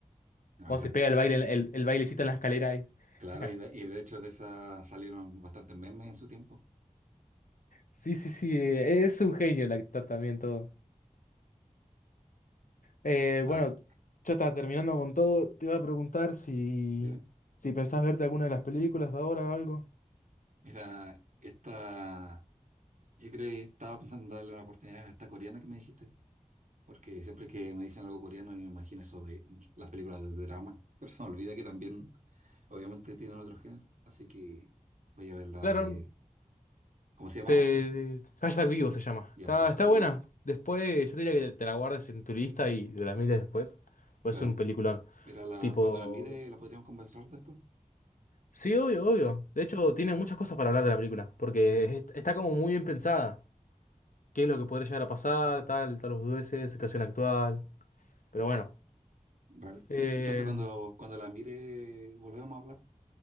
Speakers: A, on the right; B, on the left.
A: La
B: Cuando
A: verdad
B: se
A: es que
B: pega
A: sí.
B: el baile, el, el bailecito en la escalera ahí.
A: Claro,
B: <laughs>
A: y de, y de hecho de esa salieron bastantes memes en su tiempo.
B: Sí, sí, sí, eh, es un genio el actor también todo. Eh,
A: Vale,
B: bueno, ya está terminando con todo. Te iba a preguntar si,
A: dime.
B: si pensás verte alguna de las películas ahora o algo.
A: Mira, esta, yo creo, que estaba pensando en darle una oportunidad a esta coreana que me dijiste, porque siempre que me dicen algo coreano, yo me imagino eso de las películas de drama, pero se me olvida que también Obviamente tienen otro género, así que vaya a ver la
B: Claro,
A: de... ¿Cómo se llamaba?
B: te,
A: <laughs>
B: hashtag vivo se llama.
A: Ya,
B: Está,
A: hashtag
B: está buena.
A: vivo.
B: Después, yo te diría que te la guardes en tu lista y te la mires después. Pues
A: Claro.
B: es un peliculón.
A: Era la...
B: Tipo,
A: Cuando la mire, la podríamos conversar después.
B: Sí, obvio, obvio. De hecho, tiene muchas cosas para hablar de la película, porque es- está como muy bien pensada. ¿Qué es lo que podría llegar a pasar? Tal, tal dudeces, situación actual. Pero bueno.
A: Vale.
B: Eh,
A: Entonces, cuando, cuando la mire, volvemos a hablar.